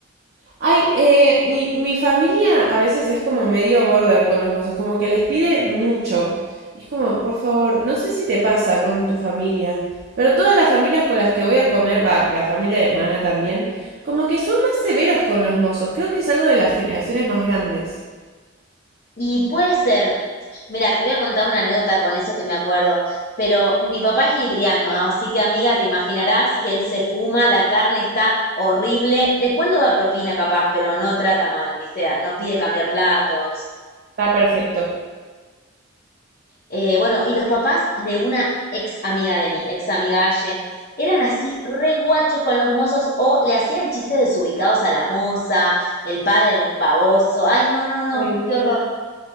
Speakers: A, on the right (about 50°); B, on the left (about 50°).
A: Ay, eh, mi, mi familia a veces es como medio border con los mozos, como que les pide mucho. Y es como, por favor, no sé si te pasa con tu familia, pero todas las familias con las que voy a comer, va, la familia de Mana también, como que son más severos con los mozos. Creo que es algo de las generaciones más grandes.
B: Y puede ser, mira, te voy a contar una anécdota con eso que me acuerdo, pero mi papá es libriano, así que amiga, te imaginarás que él se fuma, la carne está horrible, después no da propina capaz, pero no trata mal, viste, no pide cambiar platos.
A: Está perfecto.
B: Eh, bueno, y los papás de una ex amiga de mi ex amiga Aye, eran así re guachos con los mozos o le hacían chistes desubicados a la moza, el padre era un baboso, ay no, no, no,
A: Ay, no.
B: qué horror.